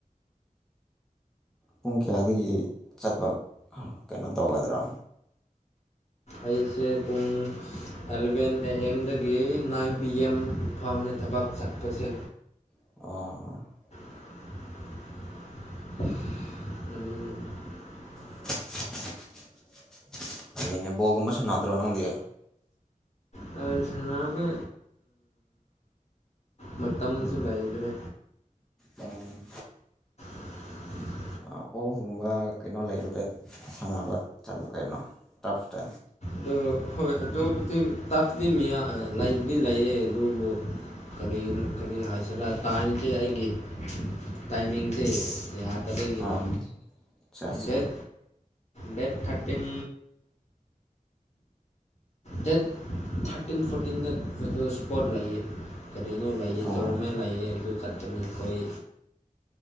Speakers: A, in the centre; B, on the left.
A: ꯄꯨꯡ ꯀꯌꯥꯗꯒꯤ ꯆꯠꯄ ꯀꯩꯅꯣ ꯇꯧꯒꯗ꯭ꯔꯥ
B: ꯑꯩꯁꯦ ꯄꯨꯡ ꯑꯦꯂꯚꯦꯟ ꯑꯦ ꯑꯦꯝꯗꯒꯤ ꯅꯥꯏꯟ ꯄꯤ ꯑꯦꯝ ꯐꯥꯎꯅꯦ ꯊꯕꯛ ꯆꯠꯄꯁꯦ꯫
A: ꯑꯣ__
B: <unintelligible>
A: unintelligible ꯕꯣꯜꯒꯨꯝꯕ ꯁꯥꯟꯅꯗ꯭ꯔꯣ ꯅꯪꯗꯤ꯫
B: ꯍꯥꯟꯅ ꯁꯥꯟꯅꯔꯝꯃꯦ ꯃꯇꯝꯁꯨ ꯂꯩꯥꯏꯗ꯭ꯔꯦ
A: ꯎꯝ
B: <inaudible>
A: ꯑꯣꯐꯒꯨꯝꯕ ꯀꯩꯅꯣ ꯂꯩꯕꯗ ꯁꯥꯟꯅꯕ ꯆꯠꯂꯨ ꯀꯩꯅꯣ ꯇꯞꯇ
B: ꯑꯗꯨ ꯍꯣꯏ ꯑꯗꯨꯕꯨꯗꯤ ꯇꯐꯇꯤ ꯃꯤ ꯂꯩꯕꯨꯗꯤ ꯂꯩꯌꯦ ꯑꯗꯨꯕꯨ ꯀꯔꯤ ꯀꯔꯤ ꯍꯥꯏꯁꯤꯔ ꯇꯥꯏꯝꯁꯦ ꯑꯩꯒꯤ ꯇꯥꯏꯃꯤꯡꯁꯦ ꯌꯥ ꯑꯗꯨꯒꯤꯅꯤ
A: ꯑꯥ ꯑꯠꯆꯥ ꯑꯠꯆꯥ
B: date date thirteen date thirteen ꯐꯣꯔꯇꯤꯟꯗ ꯑꯗꯨ ꯏꯁꯄꯣꯔꯠ ꯂꯩꯌꯦ ꯀꯔꯤꯅꯣ ꯂꯩꯌꯦ
A: ꯑꯣ
B: ꯇꯣꯔꯅꯥꯃꯦꯟ ꯂꯩꯌꯦ ꯑꯗꯨ ꯆꯠꯀꯅꯤ ꯑꯩꯈꯣꯏ